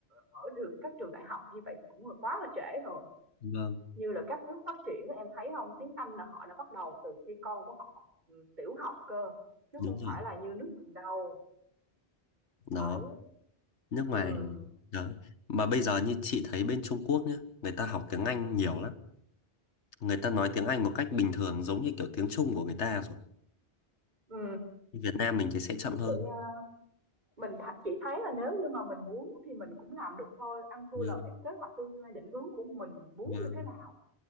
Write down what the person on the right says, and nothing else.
ở được các trường đại học như vậy thì cũng là quá là trễ rồi
như là các nước phát triển em thấy không tiếng Anh là họ đã bắt đầu từ khi con của họ học ừ, tiểu học cơ chứ
không
phải là như nước mình đâu
đấy
ừ
ừ
thực
sự nha Mình th chỉ thấy là nếu như mà mình muốn thì mình cũng làm được thôi, ăn thua
là cái kế hoạch tương lai định hướng của mình muốn
như thế nào,